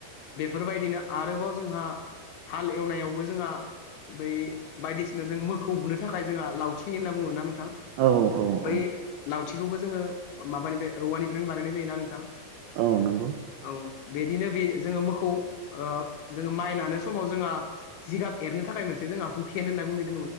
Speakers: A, on the left; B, on the right.
A: बेफोरबायदिनो आरोबाव जोंहा हाल एवनायावबो जोंहा। बै बायदिसिना जों मोखौ बुनो थाखाय जोंहा लावथि होनना बुङो होनना बुङो ना नों थां
B: औ औ
A: बै
B: औ
A: लावथिखौबो जोङो माबानिफ्राय औवानिफ्रायनो बानायनाय जायोना नोंथां।
B: औ नंगौ।
A: औ बिदिनो बे जोङो मोखौ जोङो माइ नानो समाव जोंहा जिगाब एरनो थाखाय मोनसे। जोहा हुखेेन होनना बुंङो।